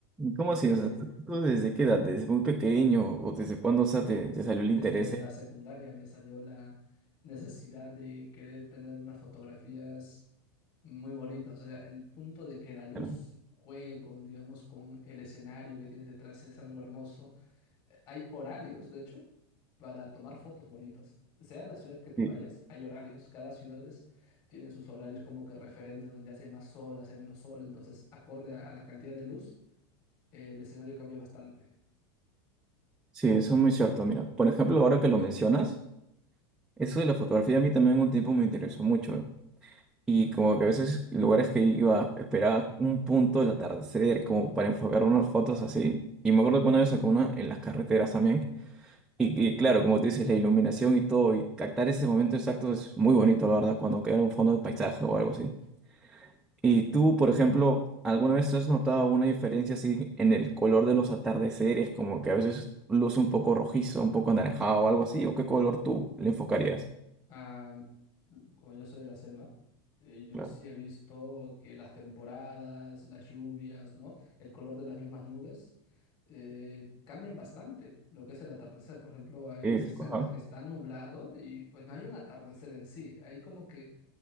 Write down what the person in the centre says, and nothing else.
¿Cómo
así? O sea, ¿tú tú desde qué edad? ¿Desde muy pequeño? ¿O desde cuándo, o sea, te, te salió el
interés? de-
claro?
Sí,
sí, eso es muy cierto. Mira, por ejemplo, ahora que lo mencionas, eso de la fotografía a mí también un tiempo me interesó mucho. ¿eh? Y como que a veces lugares que iba, esperaba un punto del atardecer como para enfocar unas fotos así. Y me acuerdo que una vez sacó una en las carreteras también. Y, y claro, como tú dices, la iluminación y todo, y captar ese momento exacto es muy bonito, la verdad, cuando queda un fondo de paisaje o algo así. Y tú, por ejemplo, ¿alguna vez has notado alguna diferencia así en el color de los atardeceres? Como que a veces luce un poco rojizo, un poco anaranjado o algo así, ¿o qué color tú le enfocarías?
Claro.
Eso,
ajá.